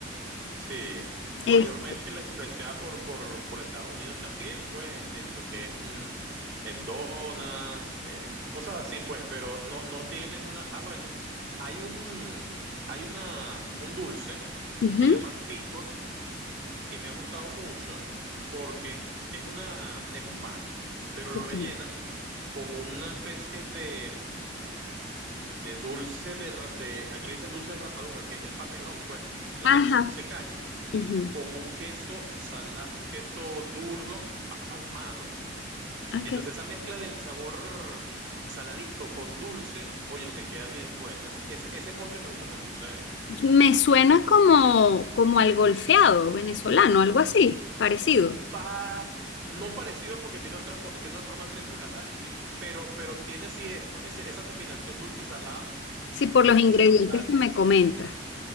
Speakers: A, on the right; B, on the left.
A: sí, mayormente
B: Es,
A: la influenciada por, por, por Estados Unidos también, pues, este, lo que es mm, eh, donas, eh, cosas así, pues, pero no, no tienen una... Ah, bueno, hay un, hay una, un dulce
B: ujú,
A: que le llaman picos, que me ha gustado mucho porque es una, es un pan, pero lo
B: ok.
A: rellenan con una especie de, de dulce de, ra- de... Aquí le dicen dulce de rapadura, que es el papelón, pues, la-
B: Ajá.
A: el dulce caña
B: ujú,
A: con un queso sala, un queso duro ahumado.
B: ok.
A: Entonces esa mezcla del sabor saladito con dulce, oye, le queda bien bueno. Ese, ese, ese postre me gusta mucho. ese- ese
B: Me suena como, como al golfeado venezolano, algo así, parecido.
A: pa- no parecido porque tiene otra fo- tiene una forma triangular, y, y- pero, pero tiene sí eso, ese- esa combinación dulce y salado
B: Sí, por
A: que
B: los
A: quisieron
B: ingredientes
A: dar.
B: que me comentas.